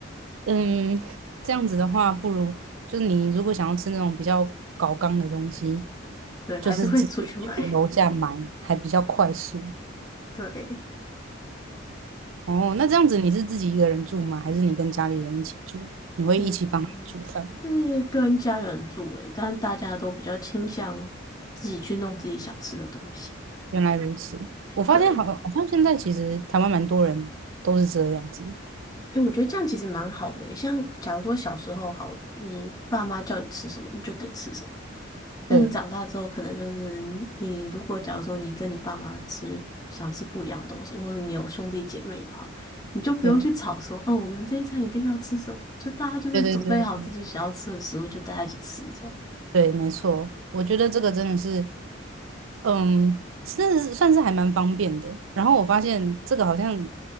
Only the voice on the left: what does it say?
对，还是会出去买。
<laughs>
对，
嗯，是跟家人住诶，但大家都比较倾向自己去弄自己想吃的东西。
对，
因为我觉得这样其实蛮好的诶像假如说小时候好，你爸妈叫你吃什么，你就得吃什么。那你长大之后，
可能就是你如果假如说你跟你爸妈吃想吃不一样的东西，或者你有兄弟姐妹的话，你就不用去吵说哦，
我们这一餐一定要吃什么，就大家就是准备好自己想要吃的食物，
就大家一起吃这样。